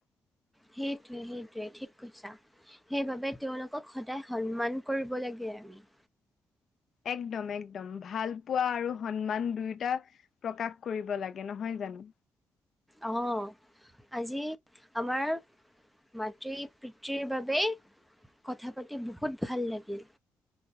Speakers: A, in the centre; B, on the left.
A: সেইটোৱে-সেইটোৱে ঠিক কৈছা। সেইবাবে তেওঁলোকক সদায় সন্মান কৰিব লাগে আমি।
B: একদম-একদম, ভাল পোৱা আৰু সন্মান দুয়োটা প্ৰকাশ কৰিব লাগে, নহয় জানো?
A: অ', আজি আমাৰ মাতৃ পিতৃৰ বাবে কথা পাতি বহুত ভাল লাগিল।